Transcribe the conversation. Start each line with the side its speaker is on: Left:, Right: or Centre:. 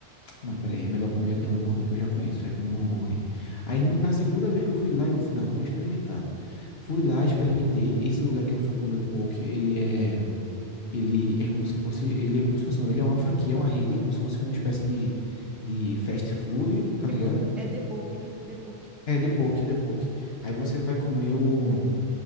Left: não, peraí, é melhor comer aquele hambúrguer que eu já conheço, aí comi um hambúrguer. Aí, no- na segunda vez que eu fui lá, eu disse, não, eu vou experimentar. Fui lá, experimentei. Esse lugar que eu fui comer o poke, ele é, ele é como se fosse, ele é como se fosse, não, ele é uma franquia, é uma rede, como se fosse uma espécie de, de fast food, tá
Centre: Tipo,
Left: ligado?
Centre: é de depoque, né? De Depoque,
Left: É, de
Centre: né?
Left: poke, de poke. Aí você vai comer o